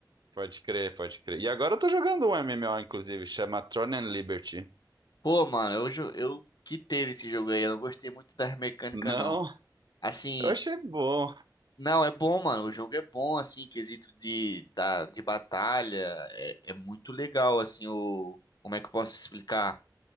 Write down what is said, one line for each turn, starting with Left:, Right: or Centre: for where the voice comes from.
Right: Pode crer, pode crer. E agora eu tô jogando um MMO, inclusive, chama Throne and Liberty.
Left: Pô, mano, eu, jo- eu quitei esse jogo aí. Eu não gostei muito das mecânicas,
Right: Não?
Left: não. Assim,
Right: Eu achei bom.
Left: Não, é bom, mano. O jogo é bom, assim, em quesito de, da, de batalha. É, é muito legal, assim, o. Como é que eu posso explicar?